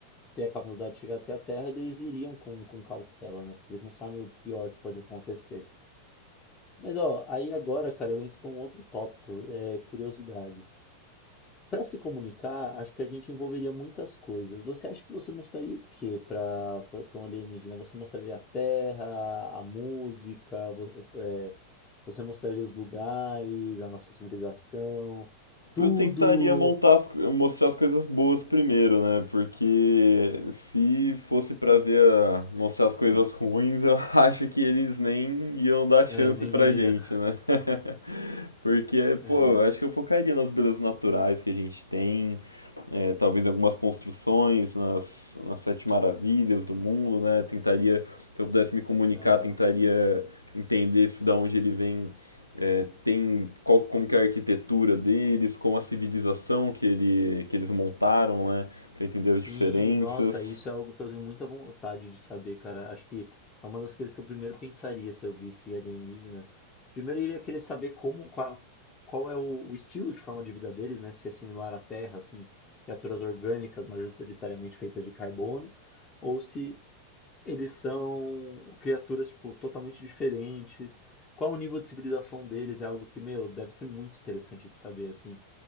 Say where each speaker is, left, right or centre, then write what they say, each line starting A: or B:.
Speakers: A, on the left (about 25°); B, on the left (about 85°).
A: ter a capacidade de chegar até a Terra, eles iriam com, com cautela, né? Porque eles não sabem o pior que pode acontecer. Mas ó, aí agora, cara, eu entro para um outro tópico, é curiosidade. Para se comunicar, acho que a gente envolveria muitas coisas. Você acha que você mostraria o quê para para um alienígena? Você mostraria a terra, a música, vo- é, você mostraria os lugares, a nossa civilização, tudo?
B: Eu tentaria montar as co- mostrar as coisas boas primeiro, né? Porque se fosse pra ver a- mostrar as coisas ruins, eu <laughs> acho que eles nem iam dar chance
A: É, ele nem
B: pra
A: viria.
B: gente, né? <laughs> Porque,
A: É,
B: pô, acho que eu focaria nas belezas naturais que a gente tem, é, talvez algumas construções, nas, nas sete maravilhas do mundo, né? Tentaria, se eu pudesse me comunicar,
A: aham.
B: tentaria entender se da onde ele vem, é, tem qual, como que é a arquitetura deles, como a civilização que, ele, que eles montaram, né? Para entender
A: Sim,
B: as diferenças.
A: nossa, isso é algo que eu tenho muita vontade de saber, cara. Acho que é uma das coisas que eu primeiro pensaria se eu visse alienígenas. Primeiro eu iria querer saber como, qual, qual é o, o estilo de forma de vida deles, né? Se é similar à Terra, assim, criaturas orgânicas majoritariamente feitas de carbono, ou se eles são criaturas, tipo, totalmente diferentes. Qual o nível de civilização deles? É algo que, meu, deve ser muito interessante de saber, assim.